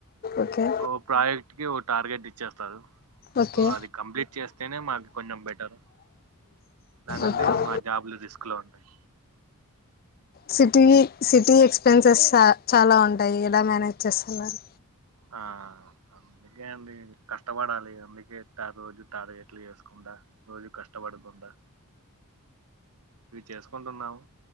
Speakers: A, on the left (about 40°); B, on the right (about 85°).
A: ఓకే
B: ఓ ప్రాజెక్ట్ కి ఓట్ టార్గెట్ ఇచ్చేస్తారు
A: ఓకే
B: సో అది కంప్లీట్ చేస్తేనే మాకు కొంచెం బెటర్ లేకుంటే
A: ఓకే
B: మా జాబ్లు రిస్క్ లో ఉంటాయి
A: సిటీ సిటీ ఎక్స్పెన్సెస్ చ చాలా ఉంటాయి ఎలా మేనేజ్ చేస్తన్నారు
B: ఆ అందుకే అండి కష్టపడాలి అందుకే తా రోజు టార్గెట్లు చేసుకుంటా రోజు కష్టపడకుండా ఇవి చేసుకుంటున్నాము